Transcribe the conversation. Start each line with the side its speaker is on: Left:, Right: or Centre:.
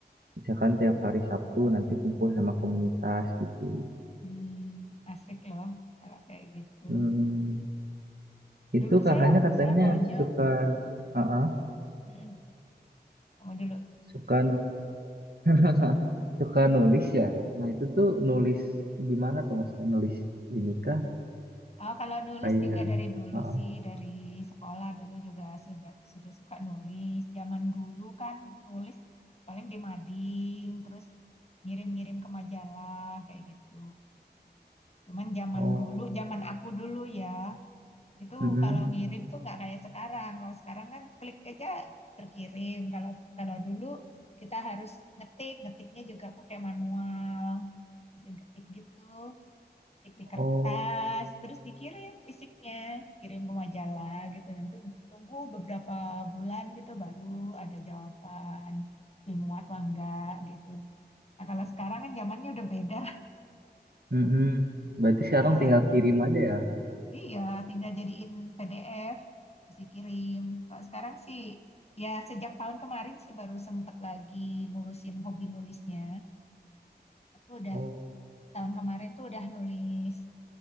Right: Misalkan tiap hari Sabtu nanti kumpul sama komunitas gitu.
Left: Hmm, asik loh kalau kayak gitu.
Right: Hmm, itu
Left: Dulu
Right: kakaknya
Left: saya
Right: katanya
Left: saya banyak
Right: suka uh
Left: mm sama dulu.
Right: suka <laughs> suka nulis ya. Nah, itu tuh nulis gimana tuh maksudnya nulis ini kah
Left: Oh, kalau nulis
Right: kayak
Left: juga dari dulu
Right: uh
Left: sih, dari sekolah dulu juga sudah sudah suka nulis. Zaman dulu kan nulis paling di mading, terus ngirim-ngirim ke majalah kayak gitu. Cuman zaman
Right: Oh.
Left: dulu, zaman aku dulu ya, Itu
Right: Mm-mm.
Left: kalau ngirim tuh nggak kayak sekarang. Kalau sekarang kan klik aja terkirim. Kalau kalau dulu kita harus ngetik, ngetiknya juga pakai manual, mesin ketik gitu, ketik di kertas,
Right: Oh.
Left: terus dikirim fisiknya, kirim ke majalah gitu. Nanti tunggu beberapa bulan gitu baru ada jawaban dimuat lah enggak gitu. Nah, kalau sekarang kan zamannya udah beda.
Right: Mm-mm. Berarti sekarang
Left: Nah, kalau
Right: tinggal kirim aja ya.
Left: Iya, tinggal jadiin PDF, terus dikirim. Kalau sekarang sih, ya sejak tahun kemarin sih baru sempet lagi ngurusin hobi nulisnya. Aku udah,
Right: Oh.
Left: tahun kemarin tuh udah nulis